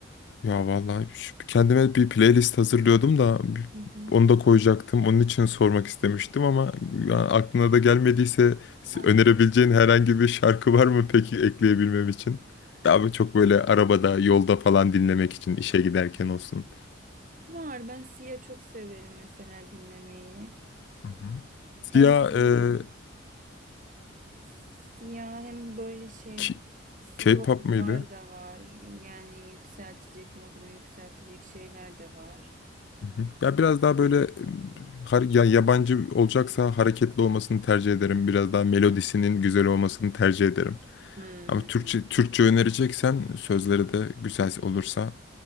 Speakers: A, on the left (about 60°); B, on the right (about 45°).
A: Ya vallahi şu- kendime bir playlist hazırlıyordum da bir-
B: Hı hı.
A: onu da koyacaktım. Onun için sormak istemiştim ama ya aklına da gelmediyse s-
B: Aklım
A: önerebileceğin herhangi bir şarkı var mı peki ekleyebilmem için? Daha çok böyle arabada, yolda falan dinlemek için işe giderken olsun.
B: var. Ben Sia çok severim mesela dinlemeyi.
A: Hı hı. Siyah
B: Hem böyle
A: e,
B: Sia hem böyle şey
A: K-
B: slow
A: K-pop mıydı?
B: var da var. Yani yükseltecek modunu yükseltecek şeyler de var.
A: hı hı. Ya biraz daha böyle e, har- ya yabancı olacaksa hareketli olmasını tercih ederim. Biraz daha melodisinin güzel olmasını tercih ederim.
B: Hmm.
A: Ama Türkçe Türkçe önereceksen sözleri de güzel olursa